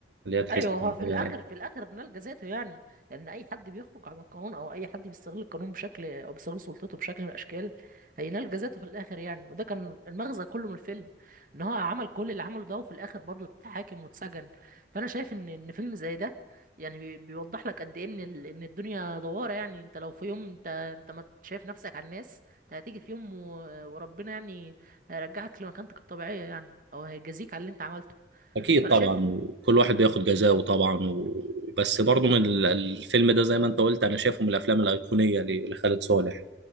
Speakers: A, on the right; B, on the right.
A: اللي هي تحس
B: ايوه
A: إن
B: هو في
A: هي-
B: الاخر في الاخر نلجا ذاته يعني لان اي حد بيخرج عن القانون او اي حد بيستغل القانون بشكل او بيستغل سلطته بشكل من الاشكال هينلجا ذاته في الاخر يعني وده كان المغزى كله من الفيلم ان هو عمل كل اللي عمله ده وفي الاخر برضه اتحاكم واتسجن فانا شايف ان ان فيلم زي ده يعني بي- بيوضح لك قد ايه ان ال- ان الدنيا دواره يعني انت لو في يوم انت انت ما شايف نفسك على الناس انت هتيجي في يوم و- وربنا يعني هيرجعك لمكانتك الطبيعيه يعني او هيجازيك على اللي انت عملته
A: اكيد
B: فانا
A: طبعا
B: شايف
A: وكل واحد بياخد جزاؤه طبعا و... بس برضو من ال- الفيلم ده زي ما انت قلت انا شايفه من الافلام الايقونيه ل- لخالد صالح